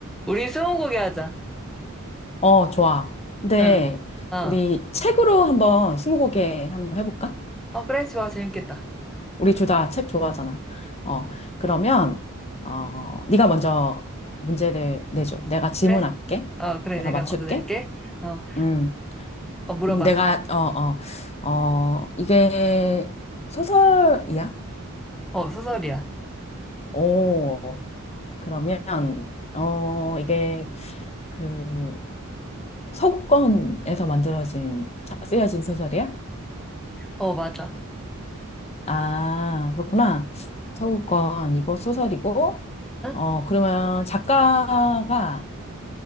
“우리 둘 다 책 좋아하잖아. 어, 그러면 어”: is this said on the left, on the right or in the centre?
Left